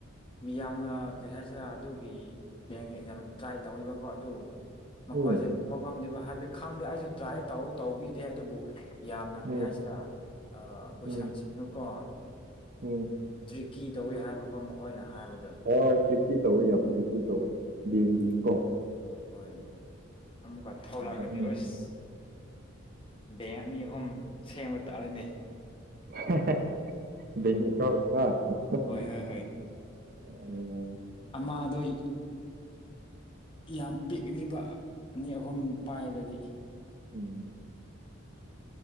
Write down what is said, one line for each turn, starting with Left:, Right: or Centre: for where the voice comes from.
Left: ꯃꯤꯌꯥꯝꯅ ꯀꯔꯤ ꯍꯥꯏꯁꯤꯔ ꯑꯗꯨꯒꯤ ꯕꯦꯡ ꯑꯦꯛꯖꯥꯝ ꯇ꯭ꯔꯥꯏ ꯇꯧꯕꯀꯣ ꯑꯗꯨ, ꯃꯈꯣꯏꯁꯦ
Right: ꯎꯝ
Left: ꯊꯣꯛꯉꯝꯗꯦꯕ ꯍꯥꯏꯕꯗꯤ ꯈꯪꯗꯦ ꯑꯩꯁꯨ ꯇ꯭ꯔꯥꯏ ꯇꯧ ꯇꯧꯕꯤꯗꯦ ꯑꯗꯨꯕꯨ, ꯌꯥꯝꯅ ꯀꯔꯤ
Right: ꯎꯝ
Left: ꯍꯥꯏꯁꯤꯔꯥ ꯑꯥ ꯀꯣꯏꯁꯟꯁꯤꯡꯅꯀꯣ,
Right: ꯎꯝ ꯎꯝ
Left: ꯇ꯭ꯔꯤꯛꯀꯤ ꯇꯧꯋꯦ ꯍꯥꯏꯕꯀꯣ ꯃꯈꯣꯏꯅ ꯍꯥꯏꯕꯗꯣ꯫
Right: ꯍꯣꯏ ꯇ꯭ꯔꯤꯀꯤ ꯇꯧꯋꯦ ꯌꯥꯝ ꯇ꯭ꯔꯤꯀꯤ ꯇꯧꯋꯦ꯫ ꯕꯦꯡꯒꯤꯁꯨꯀꯣ
Left: ꯑꯗꯨ ꯍꯣꯏ ꯑꯃꯨꯛꯀꯥ ꯊꯣꯂꯛꯑꯗꯤ
Right: ꯎꯝ
Left: ꯑꯁ꯫ ꯕꯦꯡ ꯑꯅꯤ ꯑꯍꯨꯝ ꯁꯦꯝꯕ ꯇꯥꯔꯦꯅꯦ꯫
Right: <unintelligible> <unintelligible>
Left: ꯍꯣꯏ ꯍꯣꯏ ꯑꯃꯗꯣꯏ ꯌꯥꯝ ꯄꯤꯛꯅꯤꯕ ꯑꯅꯤ ꯑꯍꯨꯝ ꯄꯥꯏꯔꯗꯤ꯫
Right: ꯎꯝ